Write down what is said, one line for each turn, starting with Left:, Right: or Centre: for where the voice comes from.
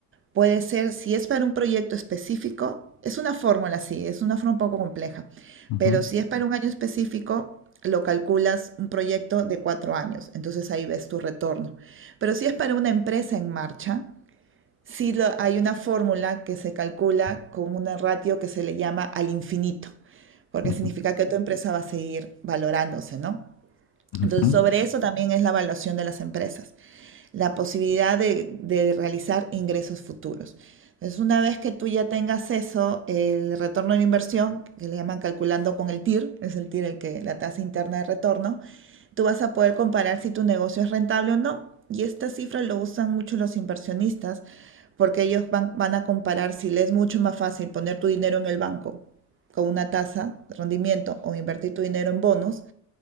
Right: Puede ser, si es para un proyecto específico, es una fórmula así, es una fórmula un poco compleja,
Left: Ujú.
Right: pero si es para un año específico, lo calculas un proyecto de cuatro años, entonces ahí ves tu retorno. Pero si es para una empresa en marcha, Sí, lo- hay una fórmula que se calcula con una ratio que se le llama al infinito, porque
Left: Ujú,
Right: significa que tu empresa va a seguir valorándose, ¿no?
Left: ujú.
Right: Entonces, sobre eso también es la evaluación de las empresas la posibilidad de, de realizar ingresos futuros. Entonces, una vez que tú ya tengas eso, el retorno de inversión, que le llaman calculando con el TIR, es el TIR el que, la tasa interna de retorno, tú vas a poder comparar si tu negocio es rentable o no. Y esta cifra lo usan mucho los inversionistas porque ellos van, van a comparar si les es mucho más fácil poner tu dinero en el banco con una tasa de rendimiento o invertir tu dinero en bonos